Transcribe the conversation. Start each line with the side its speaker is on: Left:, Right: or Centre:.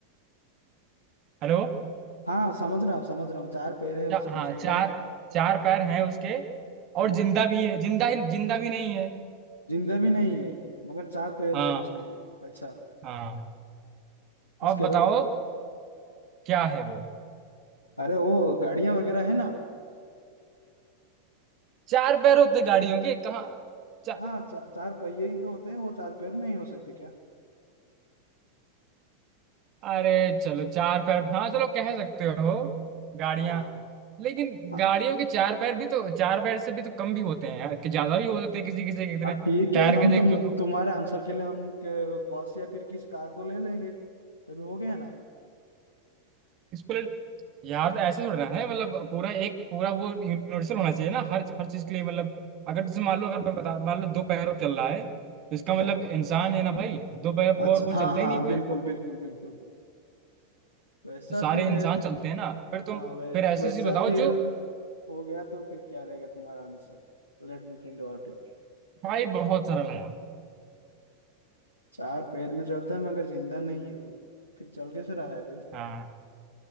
Right: हेलो
Left: हाँ समझ रहा हूँ समझ रहा हूँ चार पैर है उसके
Right: चा, हाँ
Left: उसके
Right: चार
Left: बाद
Right: चार पैर हैं उसके और
Left: हाँ
Right: जिंदा भी है जिंदा ही जिंदा भी नहीं है
Left: जिंदा भी नहीं है मगर चार पैर
Right: हाँ
Left: है उसके अच्छा
Right: हाँ
Left: उसके
Right: अब बताओ
Left: बाद
Right: क्या है वो
Left: अरे वो गाड़ियां वगैरह है ना
Right: चार पैर होते गाड़ियों के कहाँ चा,
Left: हाँ चा, चार पहिए ही तो होते हैं वो चार पैर नहीं हो सकते क्या
Right: अरे चलो चार पैर हाँ चलो कह सकते हो गाड़ियां
Left: हाँ
Right: लेकिन
Left: हाँ
Right: गाड़ियों के चार पैर भी तो चार पैर से भी तो कम भी होते हैं यार कि ज्यादा भी हो जाते हैं किसी किसी के इतने
Left: अ, ठीक
Right: टायर
Left: है हम
Right: के देख
Left: तुम
Right: लो तुम
Left: तुम्हारे आंसर के लिए हम के बस या फिर किसी कार को ले लेंगे तभी हो गया ना
Right: इसको ले- यार तो ऐसे थोड़ा ना है मतलब पूरा एक पूरा वो यूनिवर्सल होना चाहिए ना हर हर चीज के लिए मतलब अगर जैसे मान लो अगर मैं बता मान लो दो पैरों पे चल रहा है तो इसका
Left: अच्छा
Right: मतलब इंसान है ना भाई दो पैरों पर
Left: अच्छा
Right: और कौन
Left: हाँ
Right: चलता
Left: हाँ
Right: ही नहीं कोई
Left: बिल्कुल बिल्कुल बिल्कुल वैसा
Right: तो सारे
Left: फिर
Right: इंसान
Left: है
Right: चलते हैं ना फिर
Left: हाँ
Right: तुम
Left: वै,
Right: फिर ऐसी
Left: वैसा
Right: चीज बताओ
Left: फिर
Right: जो
Left: हो गया तो फिर क्या रहेगा तुम्हारा answer Let me think about it
Right: भाई बहुत सरल है यार
Left: चार पैर में चलता है मगर जिंदा नहीं है वो फिर चल कैसे रहा है भाई
Right: हाँ